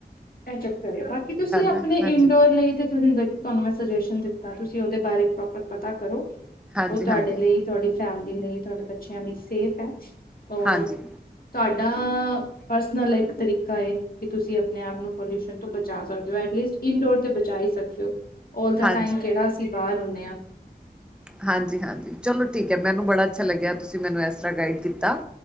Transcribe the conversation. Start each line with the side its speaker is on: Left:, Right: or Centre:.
Left: ਐ ਚੱਕਰ ਏ ਬਾਕੀ ਤੁਸੀਂ ਅਪਣੇ
Centre: ਹੈ ਹਾਂਜੀ
Left: ਇਨਡੋਰ ਲਈ ਤੇ ਤਾਨੂੰ ਦੇ ਤਾਨੂੰ ਮੈਂ ਸਜੈਸ਼ਨ ਦਿੱਤਾ ਤੁਸੀਂ ਓਦੇ ਬਾਰੇ ਪ੍ਰੋਪਰ ਪਤਾ ਕਰੋ
Centre: ਹਾਂਜੀ
Left: ਓ
Centre: ਹਾਂਜੀ
Left: ਤਾਡੇ ਲਈ ਤੁਆਡੀ ਫੈਮਿਲੀ ਲਈ ਤੁਆਡੇ ਬੱਚਿਆਂ ਲਈ ਸੇਫ ਐ, ਔਰ
Centre: ਹਾਂਜੀ
Left: ਤੁਆਡਾ ਪਰਸਨਲ ਇੱਕ ਤਰੀਕਾ ਕੇ ਤੁਸੀਂ ਅਪਣੇ ਆਪ ਨੂੰ ਪੋਲਿਊਸ਼ਨ ਤੋਂ ਬਚਾ ਸਕਦੇ ਓ ਐਟਲਿਸਟ ਇਨਡੋਰ ਤੇ ਬਚਾ ਈ ਸਕਦੇ ਓ ਆਲ ਦਾ
Centre: ਹਾਂਜੀ
Left: ਟਾਈਮ ਕੇੜਾ ਅ ਸੀ ਬਾਹਰ ਹੁਨੇ ਆ
Centre: ਹਾਂਜੀ-ਹਾਂਜੀ ਚਲੋ ਠੀਕ ਐ ਮੈਨੂੰ ਬੜਾ ਅੱਛਾ ਲੱਗਿਆ ਤੁਸੀਂ ਮੈਨੂੰ ਐਸ ਤਰਾ ਗਾਈਡ ਕੀਤਾ